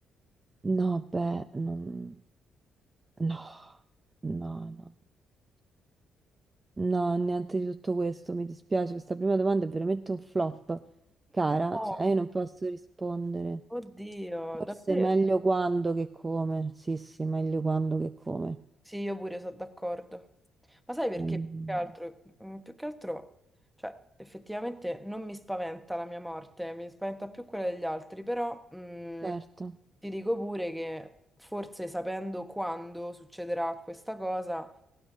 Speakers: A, on the right (about 25°); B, in the centre.
A: No, beh, non- no, no, no. No, niente di tutto questo, mi dispiace, questa prima domanda è veramente un flop, cara,
B: Oh,
A: cioè io non posso rispondere.
B: oddio,
A: Forse
B: davvero?
A: è meglio quando che come, sì, sì, meglio quando che come.
B: Sì, io pure sono d'accordo. Ma sai perché
A: Meglio
B: più
A: quando.
B: che altro, mm, più che altro, cioè, effettivamente non mi spaventa la mia morte, mi spaventa più quella degli altri, però mm,
A: Certo,
B: ti dico pure che forse sapendo quando succederà questa cosa,